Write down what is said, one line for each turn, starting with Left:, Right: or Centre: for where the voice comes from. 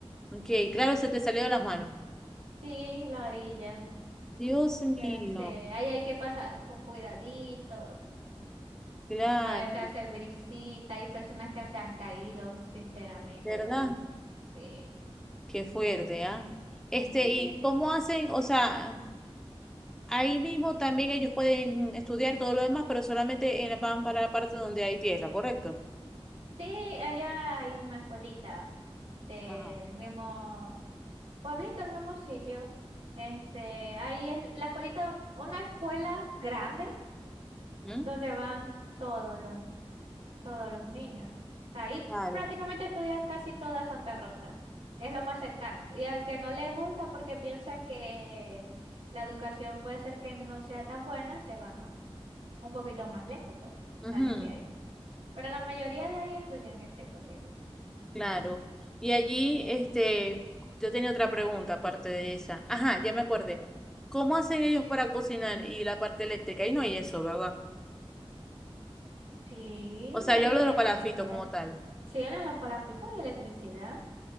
Centre: Ok, claro, se te salió de las manos.
Right: Sí, la orilla.
Centre: Dios
Right: Ya
Centre: mío,
Right: sé, ahí hay que pasar con cuidadito.
Centre: claro,
Right: A veces hace brisita, hay personas que se han caído, sinceramente,
Centre: ¿verdad?
Right: de ahí. Sí.
Centre: Qué fuerte, ¿ah? Este,
Right: Sí.
Centre: ¿y cómo hacen? O sea, ahí mismo también ellos pueden estudiar todo lo demás, pero solamente en la, van para la parte donde hay tierra, ¿correcto?
Right: Sí, allá hay una escuelita del
Centre: Ajá,
Right: mismo pueblito, el mismo sitio. Este, ahí es la escuelita, una escuela grande
Centre: ¿Mm?
Right: donde van todos los, todos los niños. O sea, ahí
Centre: claro.
Right: prácticamente estudia casi toda Santa Rosa. Es lo más cercano. Y al que no le gusta porque piensan que la educación puede ser que no sea tan buena, se van a- un poquito más lejos, pues,
Centre: Ujú,
Right: salen de
Centre: Sí.
Right: ahí. Pero la mayoría de ahí estudian en ese colegio.
Centre: claro. Y allí, este, yo tenía otra pregunta aparte de esa. Ajá, ya me acordé. ¿Cómo hacen ellos para cocinar y la parte eléctrica? Ahí no hay eso, ¿verdad?
Right: Sí,
Centre: O sea,
Right: ahí
Centre: yo
Right: hay
Centre: hablo de los
Right: electricidad.
Centre: palafitos como tal.
Right: Si eran los palafitos y electricidad.